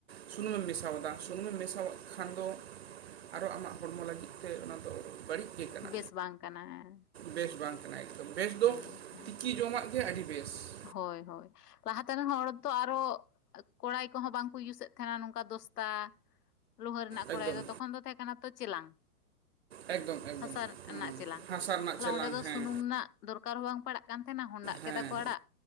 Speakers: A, on the right; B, on the left.
A: ᱥᱩᱱᱩᱢ ᱮᱢ ᱢᱮᱥᱟᱣᱫᱟ ᱥᱩᱱᱩᱢ ᱮᱢ ᱢᱮᱥᱟᱣᱟᱜ ᱠᱷᱟᱱ ᱫᱚ ᱟᱨᱦᱚ ᱟᱢᱟᱜ ᱦᱚᱲᱢᱚ ᱞᱟᱹᱜᱤᱫ ᱛᱮ ᱚᱱᱟᱫᱚ ᱵᱟᱹᱲᱤᱡ ᱠᱟᱱᱟ
B: ᱵᱮᱥ ᱵᱟᱝ ᱠᱟᱱᱟ ᱦᱮᱸ
A: ᱵᱮᱥ ᱵᱟᱝ ᱠᱟᱱᱟ ᱮᱠᱫᱚᱢ ᱵᱮᱥ ᱫᱚ
B: ᱦᱮᱸ ᱦᱮᱸ
A: ᱛᱤᱠᱤ ᱡᱚᱢᱟᱜ ᱜᱮ ᱟᱹᱰᱤ ᱵᱮᱥ
B: ᱦᱳᱭ ᱦᱳᱭ ᱞᱟᱦᱟᱛᱮᱱ ᱦᱚᱲ ᱟᱨᱚᱦᱚᱸ ᱠᱚᱲᱟᱭ ᱠᱚᱦᱚᱸ ᱵᱟᱝᱠᱚ ᱤᱭᱩᱥ ᱮᱫ ᱛᱟᱦᱮᱱᱟ ᱱᱚᱝᱠᱟ ᱫᱚᱥᱛᱟ ᱞᱳᱦᱟᱹ ᱨᱮᱱᱟᱜ ᱠᱚᱲᱟᱭ
A: ᱮᱠᱫᱚᱢ
B: ᱫᱚ ᱛᱚᱠᱷᱚᱱ ᱫᱚ ᱛᱟᱦᱮᱸ ᱠᱟᱱᱟ ᱛᱚ ᱪᱮᱞᱟᱝ
A: ᱮᱠᱫᱚᱢ ᱮᱠᱫᱚᱢ
B: ᱦᱟᱥᱟ ᱨᱮᱱᱟᱜ
A: ᱦᱮᱸ
B: ᱪᱮᱞᱟᱝ
A: ᱦᱟᱥᱟ ᱨᱮᱱᱟᱜ
B: ᱛᱟᱞᱮ
A: ᱪᱮᱞᱟᱝ
B: ᱚᱸᱰᱮ ᱫᱚ
A: ᱦᱮᱸ
B: ᱥᱩᱱᱩᱢ ᱨᱮᱱᱟᱜ ᱫᱚᱨᱠᱟᱨ ᱦᱚᱸ ᱵᱟᱝ ᱯᱟᱲᱟᱜ ᱠᱟᱱ ᱛᱟᱦᱮᱸᱱᱟ ᱦᱚᱸᱰᱟᱜ ᱠᱮᱫᱮᱫᱟ
A: ᱦᱮᱸ
B: ᱠᱚ ᱟᱲᱟᱜ